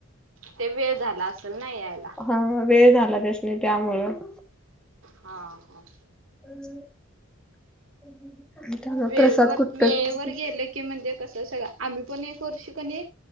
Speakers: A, on the right; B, in the centre.
A: ते वेळ झाला असेल नाही यायला..
B: हा वेळ झाला त्यासनी त्यामुळं..
A: हा ह..
B: <unintelligible>
A: वेळवर,
B: प्रसाद कुठच
A: वेळेवर गेले की म्हणजे कसं सगळं आम्ही पण एक वर्ष कणी.